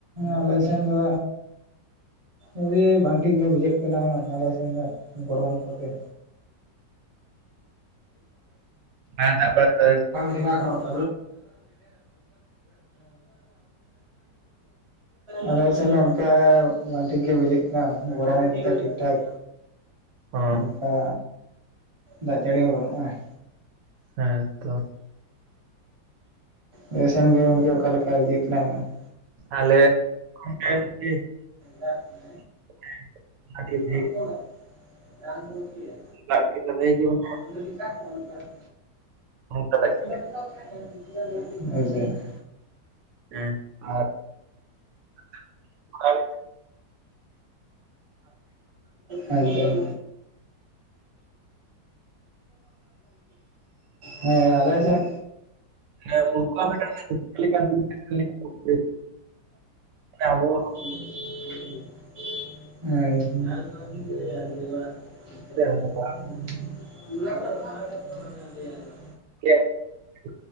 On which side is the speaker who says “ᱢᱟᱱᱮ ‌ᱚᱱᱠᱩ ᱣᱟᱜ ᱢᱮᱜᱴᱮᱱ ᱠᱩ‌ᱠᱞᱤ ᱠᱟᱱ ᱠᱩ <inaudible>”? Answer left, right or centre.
Right